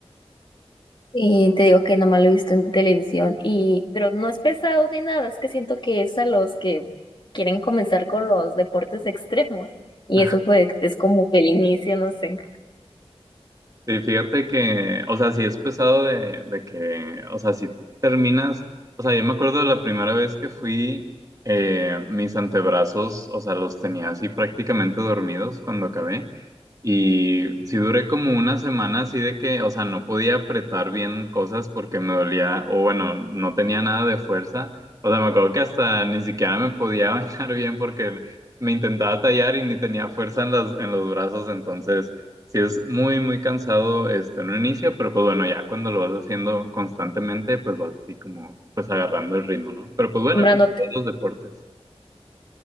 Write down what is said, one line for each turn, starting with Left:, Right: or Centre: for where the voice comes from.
Left: Y te digo que nomás lo he visto en televisión y pero no es pesado ni nada, es que siento que es a los que quieren comenzar con los deportes <laughs> extremos y
Right: <laughs>
Left: eso fue es como que el inicio, no sé,
Right: Sí, fíjate que, o sea, sí es pesado de, de que, o sea, si terminas, o sea, yo me acuerdo de la primera vez que fui, eh, mis antebrazos, o sea, los tenía así prácticamente dormidos cuando acabé. Y sí duré como una semana así de que, o sea, no podía apretar bien cosas porque me dolía, o bueno, no tenía nada de fuerza. O sea, me acuerdo que hasta ni siquiera me podía <laughs> bañar bien porque me intentaba tallar y ni tenía fuerza en las, en los brazos, entonces sí es muy, muy cansado este, en un inicio, pero pues bueno, ya cuando lo vas haciendo constantemente, pues vas así como, pues agarrando el ritmo, ¿no? Pero pues bueno,
Left: nombrándote.
Right: como en todos los deportes.